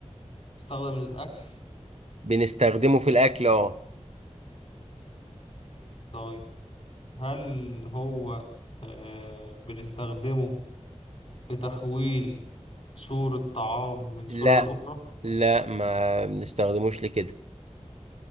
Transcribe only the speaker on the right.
بنستخدمه في الاكل اه
لا
لا ما بنستخدموش لكده